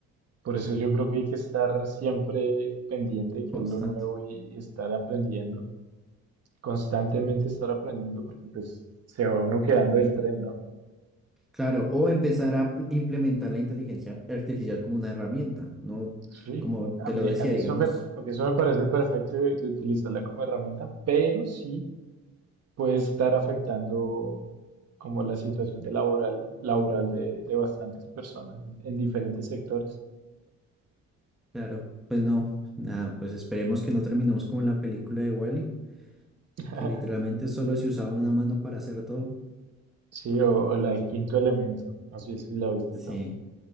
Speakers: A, on the right; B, in the centre.
A: Por eso yo creo que hay que estar siempre pendiente de qué
B: Constante.
A: es lo nuevo y estar aprendiendo, constantemente estar aprendiendo porque pues se va uno quedando del tren, ¿no?
B: Claro, o empezar a pl- implementar la inteligencia artificial como una herramienta, ¿no?
A: sí,
B: Como te
A: A mí,
B: lo decía,
A: a mí
B: digamos.
A: eso me, a mí eso me parece perfecto de, de utilizarla como herramienta, pero sí puede estar afectando como la situación de laboral, laboral de, de bastantes personas en, en diferentes sectores.
B: Claro, pues no, nada, pues esperemos que no terminemos como en la película de Wally,
A: <laughs>
B: que literalmente solo se usaba una mano para hacer todo.
A: Sí, o, o la del quinto elemento, no sé si la viste
B: Sí,
A: también.